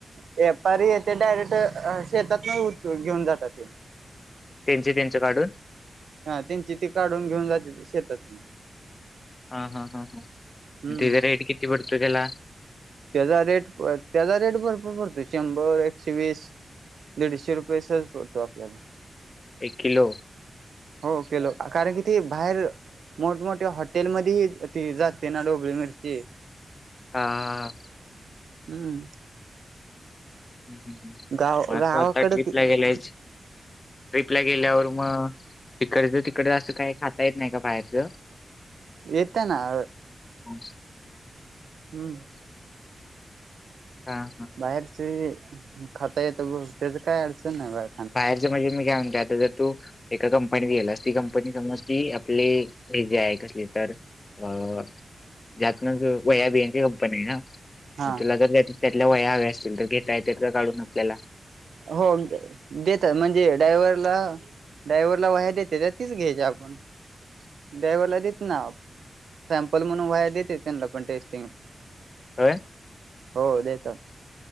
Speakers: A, on the right; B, on the left.
A: व्यापारी येते डायरेक्ट शेतातनं उचलून घेऊन जात ते.
B: त्यांचे त्यांच काढून.
A: ह त्यांची ती काढून घेऊन जातेत शेतातून.
B: हा हा हा ह अन्
A: हम्म.
B: तेचा रेट किती पडतो तेला?
A: त्याचा रेट त्याचा रेट भरपूर पडतो शंभर, एकशेवीस दीडशे रुपये सहज पडतो आपल्याला.
B: एक किलो
A: हो कीलो कारणं कि ते बाहेर मोठमोठ्या हॉटेलमध्येही जाते नां डोबळी मिर्ची
B: हां आं
A: हम्मं
B: हम्मं हम्मं
A: गाव
B: म
A: गावाकड
B: तो आंता ट्र्रीपला
A: हम्म
B: गेलायं ट्रिपला गेल्यांवरं मंग तिकडचं तिकडं असं कांहीं खांता येतं नाहीं कां मंग बाहेरचं
A: येतं नां
B: हम्मं
A: हम्मं
B: हां हां
A: बाहेरचं खातं येतं बरं त्याचं कायं अडचण नांय बारं
B: बाहेरचं म्हणजे मी कायं म्हते आंता जरं तूं एकां कंपनीत गेलांस ती कंपनी समजं ती आपले हे जे आहे कसली तरं अं ज्यातूंन वयां बीची कंपनी आहे नां
A: हा
B: मंग तुलां जं त्यांतल्या वयां हवे असतील तरं घेतां येतं कां काढूंन आपल्यांला
A: हो दे देतांत म्हणजे ड्रायवरंला ड्रायव्हरलां वायरं देते तरं तीचं घ्यायची आपणं ड्रायव्हरला देतं नांव सॅम्पल म्हणूंन व्हांया देते त्यांना पणं टेस्टिंग-
B: तरं-
A: हो देतांत-